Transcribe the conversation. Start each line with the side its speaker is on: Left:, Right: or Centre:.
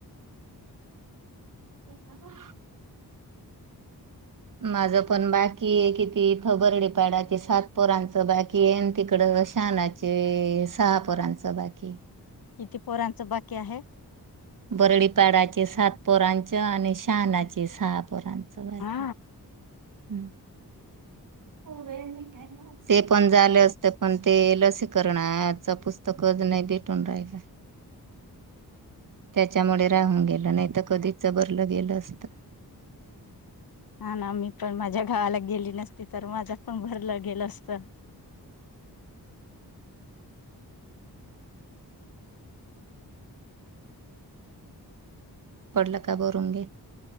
Right: सा ह माझ पण बाकी आहे कितीथ बर्डीपाडाचे सात पोरांचं बाकी आहे आणि तिकड शहानाचे सहा पोरांचं बाकी
Left: किती पोरांचं बाकी आहे
Right: बरडीपाडाचे सात पोरांच आणि शहाणाचे सहा पोरांच स आहेखी
Left: हा
Right: हम्म हो वेळ म का आहे ना ते पण झाले असते पण ते लसीकरणाच पुस्तकच नाही भेटून राहिला त्याच्यामुळे राहून गेलं नाही तर कधीच भरलं गेलं असत
Left: हा ना मी पण माझ्या गावाला गेली नसती तर माझ्या पण भरलं गेलं असत
Right: पडलं का बरुंगे